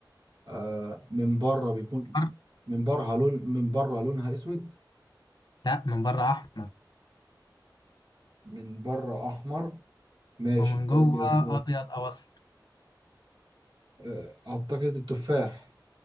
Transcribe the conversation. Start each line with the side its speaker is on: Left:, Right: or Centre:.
Right: آه، من بره بيكون
Left: بر-
Right: من بره لون من بره لونها اسود
Left: لا من بره احمر
Right: من بره احمر ماشي
Left: ومن جوه
Right: طيب
Left: ابيض او اصفر
Right: آه، اعتقد التفاح